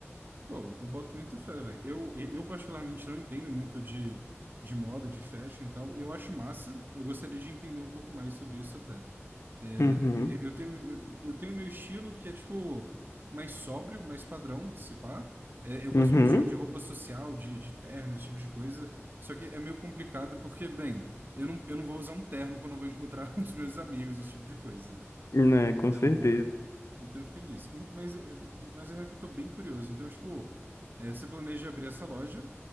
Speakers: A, on the right; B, on the left.
A: Pô, eu boto muita fé, velho. Eu, eu particularmente não entendo muito de, de moda, de fashion e tal. Eu acho massa. Eu gostaria de entender um pouco mais sobre isso até. É,
B: Uhum.
A: eu, eu tenho, eu tenho meu estilo que é, tipo, mais sóbrio, mais padrão, se pá. É, eu gosto
B: Uhum.
A: muito de, de roupa social, de, de terno, esse tipo de coisa. Só que é meio complicado porque, bem, eu não, eu não vou usar um terno quando eu vou encontrar <laughs> os meus amigos, esse tipo de coisa.
B: Né,
A: Então,
B: com certeza.
A: então fica nisso. Mas, é- mas é que eu tô bem curioso. Então, tipo, é, você planeja abrir essa loja,